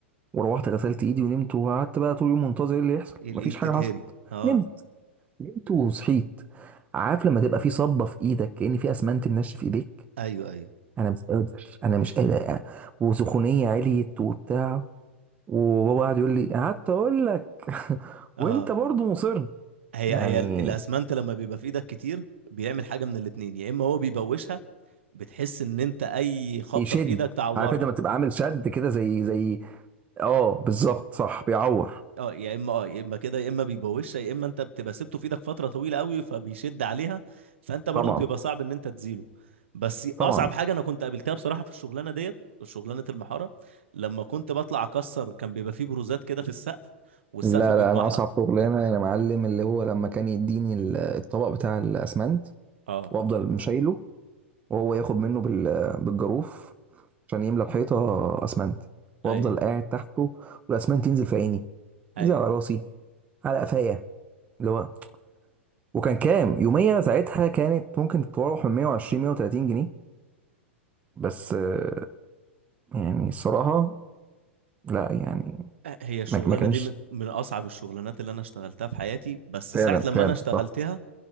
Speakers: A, on the right; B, on the right.
A: وروحت غسلت ايدي ونمت وقعدت بقى طول اليوم منتظر ايه اللي يحصل
B: الايد
A: مفيش
B: تتهري
A: حاجه حصلت
B: اه
A: نمت نمت وصحيت عارف لما تبقى في صبه في ايدك كأن في اسمنت منشف في ايديك
B: ايوه ايوه
A: انا مش قادر انا مش قادر وسخونيه عليت وبتاع وبابا قاعد يقول لي قعدت اقول لك <laughs>
B: اه
A: وانت برضو مصر
B: هي
A: يعني
B: هي ال- الاسمنت لما بيبقى في ايدك كتير بيعمل حاجة من الاتنين يا اما هو بيبوشها بتحس ان انت اي خبطة
A: يشد
B: في ايدك تعورها
A: عارف انت لما تبقى عامل شد كده زي زي اه بالظبط صح بيعور
B: اه يا اما اه يا اما كده يا اما بيبوشها يا اما انت بتبقى سبته في ايدك فتره طويله قوي فبيشد عليها فانت برضو
A: طبعا
B: بيبقى صعب ان انت تزيله بس
A: طبعا
B: اصعب حاجه انا كنت قابلتها بصراحه في الشغلانه ديت شغلانه المحاره لما كنت بطلع اكسر كان بيبقى فيه بروزات كده في السقف والسقف
A: لا
B: بيتمحر
A: لا انا اصعب شغلانه يا معلم اللي هو لما كان يديني ال- الطبق بتاع الاسمنت
B: اه
A: وافضل مشايله وهو ياخد منه بال- بالجاروف عشان يملى الحيطه اسمنت وافضل
B: ايوه
A: قاعد تحته والاسمنت ينزل في عيني
B: ايوه
A: ينزل على راسي على قفايا اللي هو وكان كام يوميه ساعتها كانت ممكن تتراوح من 120 130 جنيه بس آه، يعني الصراحه لا يعني
B: هي الشغلانه
A: ما ما كانش
B: دي من من اصعب الشغلانات اللي انا اشتغلتها في حياتي بس
A: فعلا
B: ساعه لما
A: فعلا
B: انا اشتغلتها
A: صح